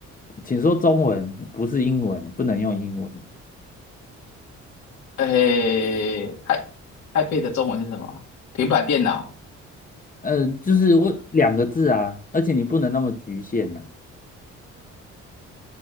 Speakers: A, on the left; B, on the left.
A: 请说中文，不是英文，不能用英文，
B: 诶，i iPad 的中文是什么？平板电脑，
A: 呃，就是我两个字啊，
B: 哦
A: 而且你不能那么局限呐、